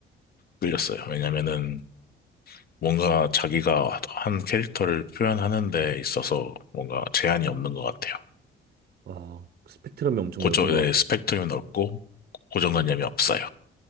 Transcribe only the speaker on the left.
끌렸어요. 왜냐면은 뭔가 자기가 한 캐릭터를 표현하는 데 있어서 뭔가 제한이 없는 것 같아요.
고정,
네,
스펙트럼이 넓고 고정관념이 없어요.